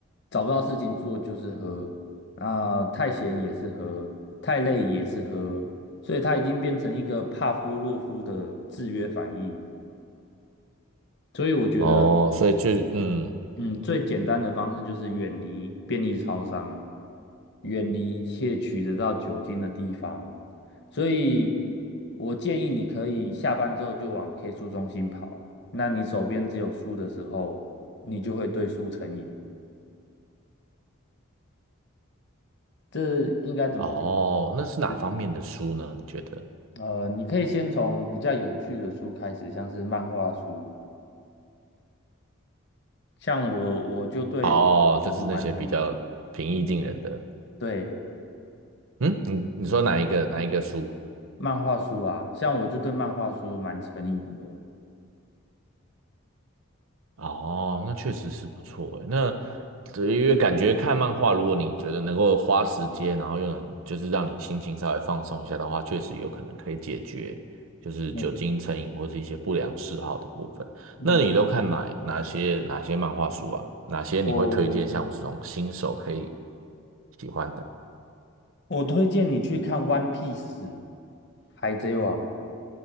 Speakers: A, on the left; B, on the right.
A: 找不到事情做就是喝，啊、太闲也是喝，太累也是喝，所以他已经变成一个帕夫洛夫的制约反应。所以我觉得
B: 哦，所以就嗯，
A: 嗯，最简单的方式就是远离便利超商，远离一切取得到酒精的地方。所以，我建议你可以下班之后就往 K 书中心跑。那你手边只有书的时候，你就会对书成瘾。这应该怎么讲？
B: 哦，那是哪方面的书呢？
A: 这
B: 你觉得？
A: 呃，你可以先从比较有趣的书开始，像是漫画书。像我，我就对
B: 哦，就是那些比较平易近人的。
A: 书蛮成瘾。对，
B: 嗯，你你说哪一个哪一个书？
A: 漫画书啊，像我就对漫画书蛮成瘾的。
B: 哦，那确实是不错诶。那对因为感觉看漫画，如果你觉得能够花时间，然后又能就是让你心情稍微放松一下的话，确实有可能可以解决就是酒精成瘾或是一些不良嗜好的部分。
A: 嗯没错，
B: 那你都看哪哪些哪些漫画书啊？哪些你会推荐像我这种新手可以
A: 我
B: 喜欢的？
A: 我推荐你去看《One Piece》海贼王，